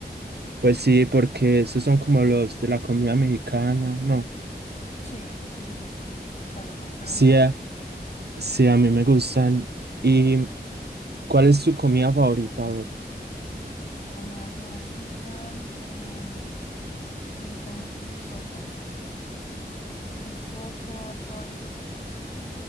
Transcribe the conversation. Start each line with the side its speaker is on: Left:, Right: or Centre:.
Right: pues sí, porque esos son como los de la comida mexicana. No.
Left: Sí, sí, sí, sí, sí. ¿Cuáles son? Pero
Right: Sí,
Left: no.
Right: a- sí, a mí me gustan. ¿Y cuál es tu comida favorita? A ver,
Left: Mi comida favorita, em, me gusta mucho el risotto. ¿Risotto? ¿Has probado el risotto?